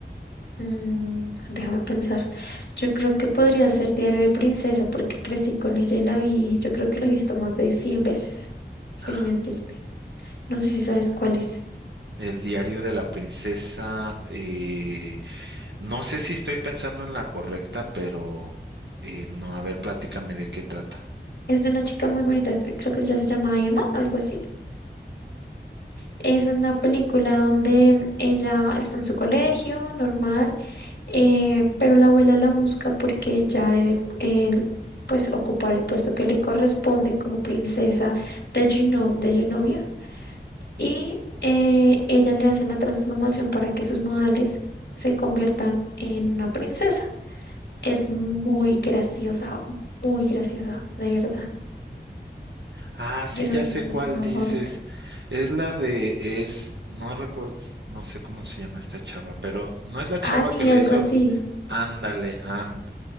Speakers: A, on the left; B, on the right.
A: Mm, déjame pensar. Yo creo que podría ser Diario de Princesa porque crecí con ella y la vi, yo creo que la he visto más de 100 veces, sin
B: Ah,
A: mentirte. No sé si sabes cuál es.
B: El diario de la princesa. eh, no sé si estoy pensando en la correcta, pero eh, no, a ver, platícame de qué trata.
A: Es de una chica muy bonita, este, creo que ella se llama Emma, algo así. Es una película donde ella está en su colegio, normal, eh, pero la abuela la busca porque ella debe, eh, pues, ocupar el puesto que le corresponde como princesa de Geno- de Genovia y eh, ella le hace la transformación para que sus modales se conviertan en una princesa. Es muy graciosa, muy graciosa, de verdad.
B: Ah, sí,
A: Yo no
B: ya
A: es
B: sé
A: mi película
B: cuál dices.
A: favorita.
B: Es la de, es, no recuerdo, no sé cómo se llama esta chava, pero no es la chava
A: Annie,
B: que le
A: algo
B: hizo,
A: así.
B: ándale, and,